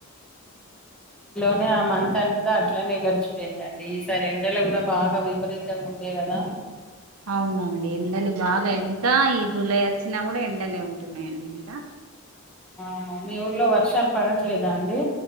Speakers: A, in the centre; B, on the right.
A: మా ఆ మంత్ అంతా అట్లానే గడిచిపోయిందండి ఈసారి ఎండలు కూడా బాగా విపరీతంగా ఉండే కదా
B: అవునండి ఎండలు బాగా ఇంకా ఈ జూలై వచ్చినా కూడా ఎండలే ఉంటున్నాయండి ఇంకా
A: అవున మీ ఊర్లో వర్షాలు పడట్లేదా అండి